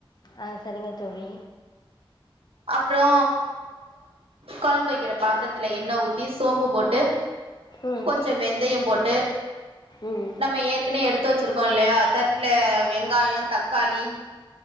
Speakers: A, on the left; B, on the right.
A: அ சரிங்க தோழி
B: அப்றோ கொழம்பு வக்கற பாத்திரத்துல எண்ணெ ஊத்தி சோம்பு போட்டு
A: ம்
B: கொஞ்ச வெந்தயம் போட்டு
A: ம்
B: நம்ம ஏற்கனவே எடுத்து வச்சிருக்கோ இல்லயா தட்டுல வெங்காயம் தக்காளி